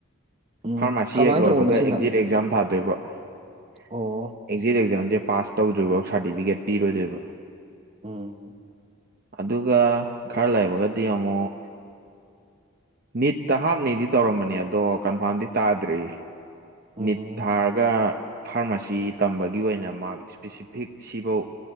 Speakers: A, on the right; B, on the right.
A: ꯎꯝ
B: ꯐꯥꯔꯃꯥꯁꯤ
A: ꯀꯃꯥꯏꯅ
B: ꯍꯦꯛ ꯂꯣꯏꯕꯒ
A: ꯇꯧꯕꯅꯣ ꯁꯤꯅ
B: ꯑꯦꯛꯖꯤꯠ ꯑꯦꯛꯖꯥꯝ ꯊꯥꯗꯣꯏꯕ ꯑꯦꯛꯠ
A: ꯑꯣ
B: ꯑꯦꯛꯖꯥꯝꯁꯦ ꯄꯥꯁ ꯇꯧꯗ꯭ꯔꯤꯕꯥꯎ ꯁꯥꯔꯇꯤꯐꯤꯀꯦꯠ ꯄꯤꯔꯣꯏꯗꯣꯏꯕ
A: ꯑꯣ
B: ꯑꯗꯨꯒ ꯈꯔ ꯂꯩꯕꯒꯗꯤ ꯑꯃꯨꯛ ꯅꯤꯠꯇ ꯍꯥꯞꯅꯤꯩꯗꯤ ꯇꯧꯔꯝꯕꯅꯦ ꯑꯗꯣ ꯀꯟꯐꯥꯔꯝꯗꯤ ꯇꯥꯗ꯭ꯔꯤ
A: ꯎꯝ
B: ꯅꯤꯠ ꯊꯥꯔꯒ ꯐꯥꯔꯃꯥꯁꯤ ꯇꯝꯕꯒꯤ ꯑꯣꯏꯅ ꯃꯥ ꯏꯁꯄꯦꯁꯤꯐꯤꯛ ꯁꯤꯐꯧ